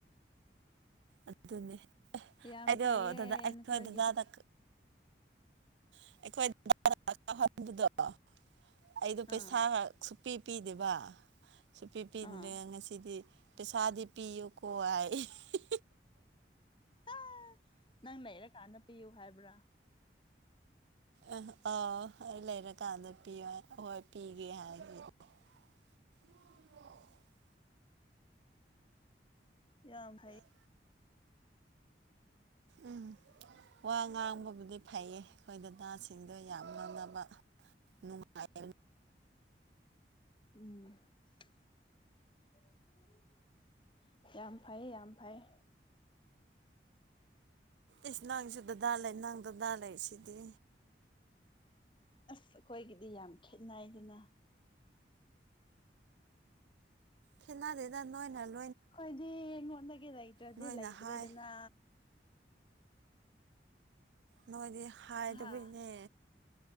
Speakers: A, on the right (about 80°); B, on the left (about 30°).
A: ꯑꯗꯨꯅꯦ ꯑꯦ
B: ꯌꯥꯝ
A: ꯑꯩꯗꯣ
B: ꯐꯩꯌꯦ
A: ꯗꯥꯗꯥ ꯑꯩꯈꯣꯏ
B: ꯅꯈꯣꯏꯒꯤꯗꯤ
A: ꯗꯥꯗꯥꯗ <unintelligible>
B: ꯑꯥ
A: ꯄꯤ ꯄꯤꯗꯦꯕ ꯁꯨꯄꯤ <unintelligible>
B: ꯑꯥ
A: ꯉꯁꯤꯗꯤ ꯄꯩꯁꯥꯗꯤ ꯄꯤꯌꯣꯀꯣ ꯍꯥꯏꯌꯦ <unintelligible>
B: <unintelligible> ꯅꯪ ꯂꯩꯔ ꯀꯥꯟꯗ ꯄꯤꯌꯨ ꯍꯥꯏꯕ꯭ꯔꯥ
A: ꯑꯦ ꯑ ꯑꯩ ꯂꯩꯔꯀꯥꯟꯗ ꯄꯤꯌꯣ <unintelligible> ꯍꯣꯏ ꯄꯤꯒꯦ ꯍꯥꯏ <unintelligible> <unintelligible>
B: ꯌꯥꯝ <unintelligible>
A: <unintelligible> ꯎꯝ ꯋꯥ ꯉꯥꯡꯕꯕꯨꯗꯤ ꯐꯩꯌꯦ ꯑꯩꯈꯣꯏ ꯗꯗꯥꯁꯤꯡꯗꯣ ꯌꯥꯝ ꯉꯥꯡꯅꯕ ꯅꯨꯡꯉꯥꯏ
B: ꯎꯝ <unintelligible> ꯌꯥꯝ ꯐꯩꯌ ꯌꯥꯝ ꯐꯩꯌ
A: ꯏꯁꯁ ꯅꯪꯁꯨ ꯗꯥꯥꯗꯥ ꯂꯩ ꯅꯪ ꯗꯥꯗꯥ ꯂꯩ ꯁꯤꯗꯤ
B: ꯑꯁ ꯑꯩꯈꯣꯏꯒꯤꯗꯤ ꯌꯥꯝ ꯈꯦꯠꯅꯩꯗꯅ
A: ꯈꯦꯠꯅꯗꯦꯗ ꯅꯣꯏꯅ <unintelligible>
B: ꯑꯩꯈꯣꯌꯗꯤ ꯏꯉꯣꯟꯗꯒꯤ ꯂꯩꯇ꯭ꯔꯥꯗꯤ
A: ꯅꯣꯏꯅ
B: ꯂꯩꯇ꯭ꯔꯦꯗꯅ
A: ꯍꯥꯏ ꯅꯣꯏꯗꯤ ꯍꯥꯏꯗꯕꯩꯅꯦ
B: ꯍꯥ